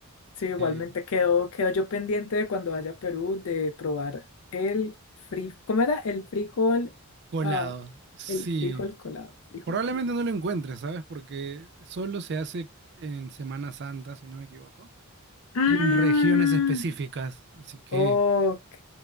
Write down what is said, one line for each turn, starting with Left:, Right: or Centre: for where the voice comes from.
Left: Sí,
Right: Eh,
Left: igualmente quedo, quedo yo pendiente de cuando vaya a Perú de probar el frijol. ¿Cómo era? El frijol.
Right: colado.
Left: ah,
Right: Sí.
Left: el frijol colado. Frijol
Right: Probablemente
Left: colado.
Right: no lo encuentres, ¿sabes? Porque solo se hace en Semana Santa, si no me equivoco,
Left: Mm,
Right: y en regiones específicas. Así que,
Left: Ok.